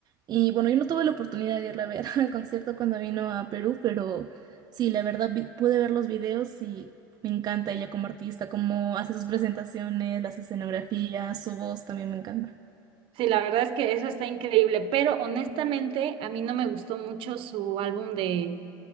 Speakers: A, on the right (about 35°); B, on the right (about 55°).
A: Y bueno, yo no tuve la oportunidad de irla a ver <laughs> al concierto cuando vino a Perú, pero sí, la verdad vi- pude ver los videos y me encanta ella como artista, cómo hace sus presentaciones, las escenografías, su voz también me encanta.
B: Sí, la verdad es que eso está increíble, pero honestamente a mí no me gustó mucho su álbum de